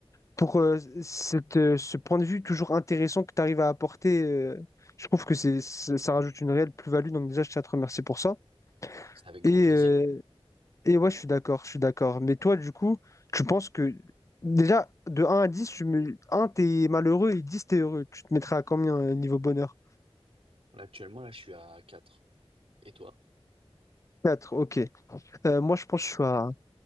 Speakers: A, on the left; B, on the right.
A: pour euh, cette, euh, ce point de vue toujours intéressant que tu arrives à apporter. euh. je trouve que c'est, ça ça rajoute une réelle plus-value, donc déjà, je tiens à te remercier pour ça.
B: C'est avec
A: Et,
B: grand plaisir.
A: euh, Et ouais, je suis d'accord, je suis d'accord. Mais toi, du coup, tu penses que déjà, de un à 10, tu me... un t'es malheureux et 10 t'es heureux. Tu te mettrais à combien euh, niveau bonheur?
B: Là, actuellement, là, je suis à 4. Et toi?
A: quatre? ok. Euh, moi, je pense que je suis à...